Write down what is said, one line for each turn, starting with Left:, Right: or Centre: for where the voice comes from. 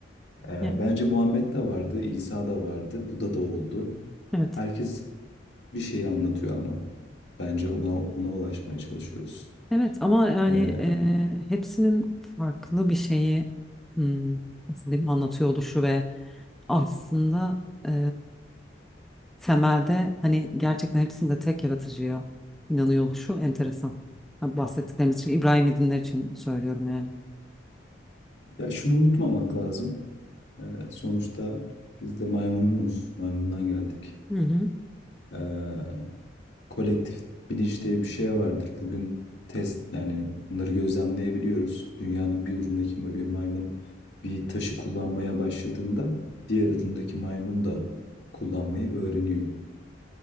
Left: Ee,
Centre: Ya,
Left: bence Muhammed de vardı, İsa da vardı, Buda da oldu.
Centre: evet.
Left: Herkes bir şeyi anlatıyor ama bence ona ona ulaşmaya çalışıyoruz.
Centre: Evet ama yani
Left: Ee,
Centre: e, hepsinin farklı bir şeyi hmm, nasıl diyeyim anlatıyor oluşu ve aslında e, temelde hani gerçekten hepsinde tek yaratıcıya inanıyor oluşu enteresan. Ha, Bahsettiklerimiz için İbrahim'i dinler için söylüyorum yani.
Left: Ya şunu unutmamak lazım. Ee, sonuçta biz de maymunuz. Maymundan geldik.
Centre: Hı hı.
Left: Ee, kolektif bilinç diye bir şey vardır. Bugün test yani bunları gözlemleyebiliyoruz. Dünyanın bir ucundaki bir maymun bir taşı kullanmaya başladığında diğer ucundaki maymun da kullanmayı öğreniyor.